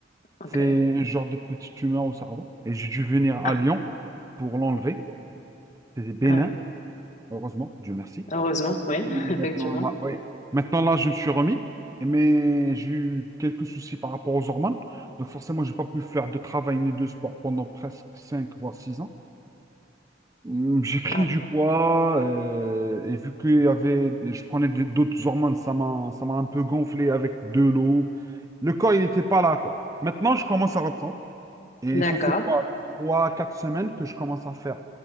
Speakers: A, on the left; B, on the right.
A: Ok.
B: C'est un genre de petite tumeur au cerveau. Et j'ai dû venir à
A: Ah,
B: Lyon pour l'enlever. C'était bénin.
A: ah oui.
B: Heureusement, Dieu merci.
A: Heureusement, oui,
B: Et
A: <laughs> effectivement.
B: maintenant, là, oui. Maintenant, là, je me suis remis, et mais j'ai eu quelques soucis par rapport aux hormones. Donc, forcément, je n'ai pas pu faire de travail ni de sport pendant presque 5 voire 6 ans. Hum, J'ai pris
A: Ah,
B: du poids, euh, et vu que y avait, je prenais des- d'autres hormones, ça m'a, ça m'a un peu gonflé avec de l'eau. Le corps, il n'était pas là, quoi. Maintenant, je commence à reprendre. Et
A: d'accord.
B: ça fait quoi? Trois, quatre semaines que je commence à faire.